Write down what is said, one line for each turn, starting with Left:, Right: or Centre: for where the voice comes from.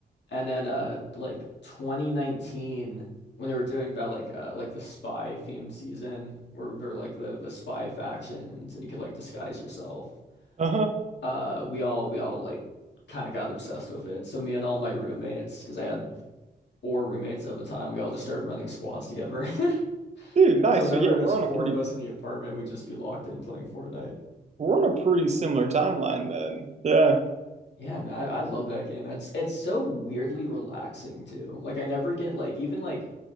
Left: and then uh like 2019 when they were doing that like uh like the spy themed season where there were like the the spy factions and you could like disguise yourself.
Right: Uh-huh.
Left: uh we all we all like kind of got obsessed with it. So me and all my roommates, because I had four roommates at the time, we all just started running squads together. <laughs>
Right: Dude, nice.
Left: So whenever
Right: So yeah, we're
Left: there's four
Right: on a pretty
Left: of us in the apartment, we'd just be locked in playing Fortnite.
Right: we're on a pretty similar timeline then. Yeah.
Left: Yeah, man, I, I love that game. That's it's so weirdly relaxing too. Like I never get like even like